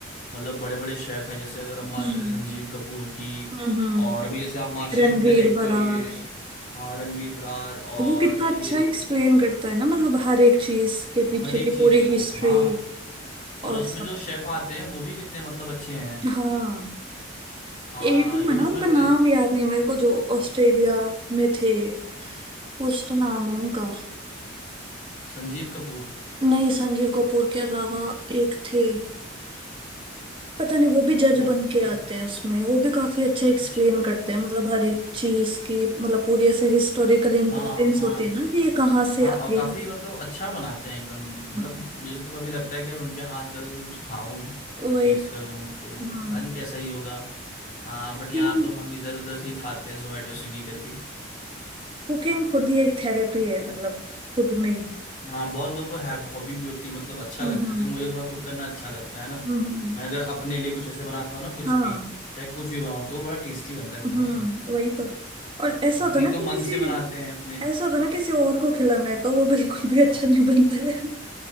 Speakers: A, on the left; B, on the right.
A: मतलब बड़े बड़े शेफ हैं जैसे अगर हम बात
B: हम्म
A: करें संजीव कपूर की
B: हम्म हम्म।
A: और अभी जैसे आप मास्टर
B: रणवीर
A: शेफ में देखते
B: बरार
A: हो ये हाँ रणवीर ब्रार और
B: वो कितना
A: ये
B: अच्छा एक्सप्लेन करता है ना मतलब हर एक चीज के पीछे
A: हर एक
B: की
A: चीज
B: पूरी
A: को
B: हिस्ट्री
A: हाँ और
B: और
A: उसमें
B: सब
A: जो शेफ आते हैं वो भी कितने मतलब अच्छे हैं
B: हाँ
A: हाँ
B: एटू
A: इवन
B: है ना
A: उसमें
B: उनका
A: उसने
B: नाम याद नहीं है मेरे को जो ऑस्ट्रेलिया में थे कुछ तो नाम है उनका
A: संजीव कपूर
B: नहीं संजीव कपूर के अलावा एक थे पता नहीं वो भी जज
A: बहुत
B: बन
A: से
B: के आते हैं उसमें वो भी काफी अच्छा एक्सप्लेन
A: अच्छा
B: करते हैं मतलब हर एक चीज की मतलब पूरी ऐसे हिस्टोरिकल इम्पोर्टेंस
A: हाँ हाँ
B: होती है ना कि ये कहाँ से
A: हाँ
B: आई
A: और काफी मतलब अच्छा बनाते हैं एकदम मतलब
B: हम्म,
A: मुझे तो कभी लगता है कि यार उनके हाथ का भी मैं कुछ खाऊं
B: वही
A: टेस्ट
B: तो
A: करूं तो
B: हाँ
A: पता नहीं कैसा ही होगा हाँ
B: कुकिंग
A: बट यहाँ तो हम इधर उधर से ही खाते हैं जोमेटो स्विगी करके
B: कुकिंग <laughs> खुद ही एक थेरेपी है मतलब खुद में ही
A: हाँ बहुत लोगों को हॉबी भी होती है मतलब अच्छा
B: हम्म
A: लगता
B: हम्म
A: है जैसे मुझे थोड़ा कुक करना अच्छा लगता है ना
B: हम्म हम्म,
A: मैं अगर अपने लिए कुछ ऐसे बनाता हूँ ना कुछ
B: हाँ
A: भी चाहे कुछ भी बनाओ तो वो बड़ा टेस्टी बनता है
B: हम्म
A: पता नहीं क्यों
B: वही तो और ऐसा
A: हाँ,
B: होता
A: क्योंकि
B: है
A: एक
B: ना कि
A: तो मन
B: किसी
A: से बनाते हैं अपने
B: ऐसा होता है ना किसी और को खिलाना है तो वो बिल्कुल भी अच्छा
A: हाँ
B: नहीं बनता है